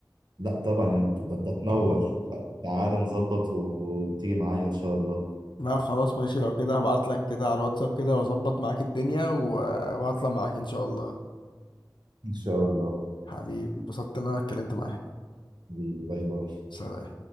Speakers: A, on the right; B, on the left.
A: لا طبعا يعني أنت أنت تنور <laughs> تعال نظبط وتيجي معايا إن شاء الله
B: لا خلاص ماشي لو كده هبعتلك كده على الواتساب كده وأظبط معاك الدنيا و... وهطلع معاك إن شاء الله
A: إن شاء الله
B: حبيبي اتبسطت إن أنا اتكلمت معاك
A: حبيبي، باي باي
B: سلام